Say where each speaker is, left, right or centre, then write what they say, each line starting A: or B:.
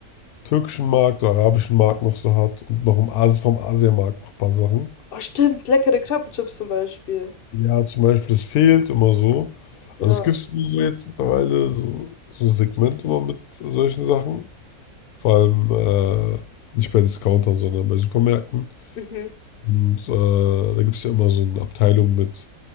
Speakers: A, on the left (about 80°); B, on the left (about 45°).
A: türkischen Markt oder arabischen Markt noch so hat und noch im Asien, vom Asienmarkt noch ein paar Sachen.
B: Oh, stimmt, leckere Krabbenchips zum Beispiel.
A: Ja, zum Beispiel, das fehlt immer so.
B: Ja.
A: Also es gibt so jetzt mittlerweile so, so ein Segment immer mit solchen Sachen. Vor allem äh, nicht bei Discountern, sondern bei Supermärkten.
B: Mhm.
A: Und äh, da gibt es ja immer so eine Abteilung mit